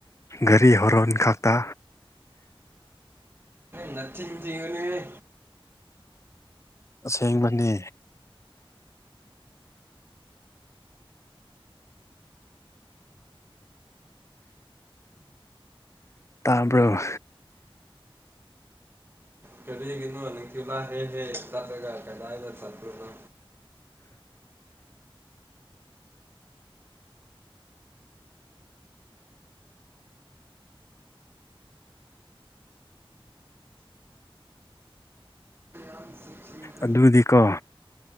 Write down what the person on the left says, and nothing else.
ꯘꯔꯤ ꯍꯣꯔꯣꯟ ꯈꯛꯇ
ꯑꯁꯦꯡꯕꯅꯤ ꯇꯥꯔꯕꯣ
ꯑꯗꯨꯗꯤꯀꯣ